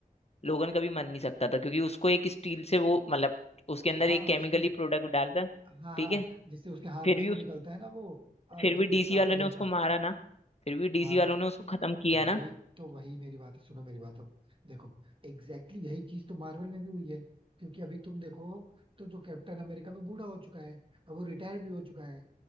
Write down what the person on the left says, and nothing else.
लोगन कभी मर नहीं सकता था क्योंकि उसको एक स्टील से वो मतलब उसके अंदर
एक केमिकली
प्रोडक्ट डालता
ठीक
है
फिर
भी
उस
फिर
भी डीसी
वालों
ने उसको मारा ना फिर भी डीसी
वालों ने उसको खत्म किया
ना